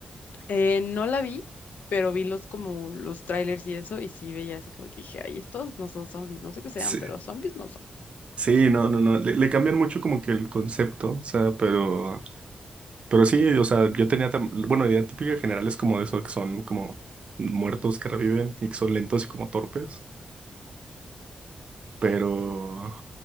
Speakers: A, on the left; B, on the right.
A: Eh, no la vi, pero vi los como los trailers y eso, y sí veía así como que dije, ay, estos no son zombies, no sé qué sean,
B: sí,
A: pero zombies no son.
B: sí, no, no, no. Le, le cambian mucho como que el concepto, o sea, pero, pero sí, o sea, yo tenía, tam- bueno, la idea típica general es como de eso, que son como muertos que reviven y que son lentos y como torpes. Pero,